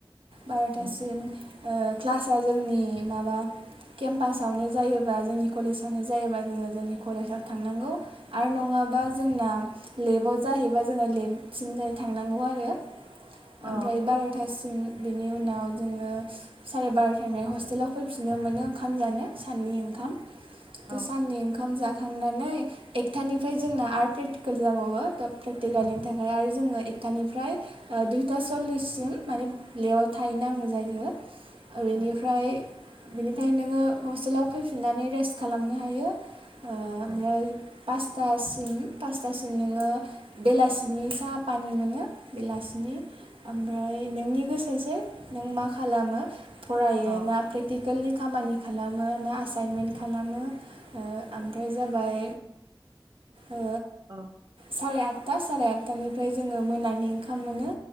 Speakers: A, on the right; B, on the right.
A: बार'थासिम
B: उम
A: क्लास जोंनि माबा केम्पासावनो जायोबा जोंनि कलेजावनो जायोबा जोङो जोंनि कलेजाव थांनांगौ आरो नंङाबा जोंना लेबाव जाहैबा जोंङो लेब सिमफ्राय थांनांगौ आरो
B: अ
A: ओमफ्राय बार'थासिम बिनि उनाव जोंङो साराय बार'थानिफ्राय हस्टेलाव फैफिननो मोनो ओंखाम जानो साननि ओंखाम दा
B: औ
A: साननै ओंखाम जाखांनानै एकथानिफ्राय जोंना आरट प्रेकटिकेल जाबावो था प्रेकटिकेलनि
B: अ
A: थाखाय आरो जोङो एकथानिफ्राय दुइथा सल्लिससिम माने ल्लेआव थाहैनांगौ जायो। बेनिफ्राय
B: अ
A: बेनिफ्राय नोङो हस्टेलाव फैफिननानै रेस्ट खालामनो हायो ओमफ्राय
B: अ
A: पासथासिम पासथासिम नोङो बेलासिनि साहा पानि मोनो बेलासिनि ओमफ्राय नोंनि गोसोसो नों मा खालामो फरायो
B: अ
A: ना प्रेक्टिकेलनि खामानि खालामो ना एाइनमेन्ट
B: उम
A: खालामो ओ ओमफ्राय जाबाय ओ
B: अ
A: साराय आथ आदथा साराय आठथानिफ्राय जोङो मोनानि ओंखाम मोनो